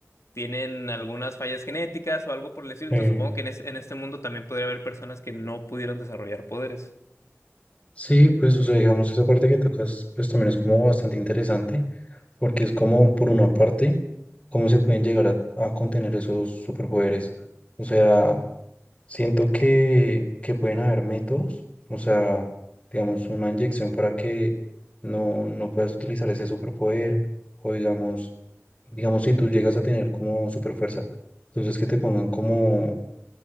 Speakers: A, on the left; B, on the left.
A: tienen algunas fallas genéticas o algo por el estilo,
B: Eh,
A: entonces supongo que en, es- en este mundo también podría haber personas que no pudieron desarrollar poderes.
B: sí, pues o sea, digamos, esa parte que tocas, pues también es como bastante interesante, porque es como, por una parte, cómo se pueden llegar a, a contener esos superpoderes. O sea, siento que, que pueden haber métodos, o sea, digamos, una inyección para que no, no puedas utilizar ese superpoder, o digamos, digamos, si tú llegas a tener como superfuerza, entonces que te pongan como